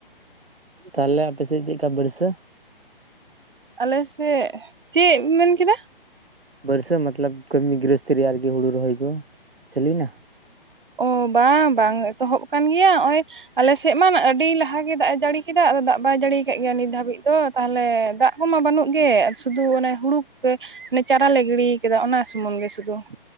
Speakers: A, on the right; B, on the right.
A: ᱛᱟᱦᱚᱞᱮ ᱟᱯᱮᱥᱮᱫ ᱪᱮᱫ ᱞᱮᱠᱟ ᱵᱟᱹᱲᱥᱟᱹ?
B: ᱟᱞᱮᱥᱮᱫ ᱪᱮᱫ ᱢᱮᱱᱠᱮᱫᱟ?
A: ᱵᱟᱹᱨᱥᱟᱹ ᱢᱚᱛᱞᱚᱵ ᱠᱟᱹᱢᱤ ᱜᱨᱤᱦᱚᱥᱛᱷᱤ ᱨᱮᱭᱟᱜ ᱟᱨᱠᱤ ᱦᱩᱲᱩ ᱨᱚᱦᱚᱭ ᱠᱚ ᱪᱟᱹᱞᱩᱭᱼᱱᱟ?
B: ᱚ ᱵᱟᱝ ᱵᱟᱝ ᱮᱛᱚᱦᱚᱵ ᱟᱠᱟᱱ ᱜᱮᱭᱟ ᱱᱚᱜᱼᱚᱭ ᱟᱞᱮᱥᱮᱫ ᱢᱟ ᱟᱹᱰᱤ ᱞᱟᱦᱟ ᱜᱮ ᱫᱟᱜ ᱮ ᱡᱟᱹᱲᱤ ᱠᱮᱫᱟ ᱟᱫᱚ ᱫᱟᱜ ᱵᱟᱭ ᱡᱟᱹᱲᱤ ᱟᱠᱟᱜ ᱜᱮᱭᱟ ᱱᱤᱛ ᱫᱷᱟᱹᱵᱤᱡ ᱫᱚ ᱛᱟᱦᱚᱞᱮ ᱫᱟᱜ ᱠᱚᱢᱟ ᱵᱟᱹᱱᱩᱜ ᱜᱮ ᱥᱩᱫᱷᱩ ᱚᱱᱮ ᱦᱩᱬᱩ ᱠᱚ ᱜᱮ ᱢᱟᱱᱮ ᱪᱟᱨᱟ ᱞᱮ ᱜᱤᱲᱤ ᱟᱠᱟᱫᱟ ᱚᱱᱟ ᱥᱩᱢᱩᱝ ᱜᱮ ᱥᱩᱫᱩ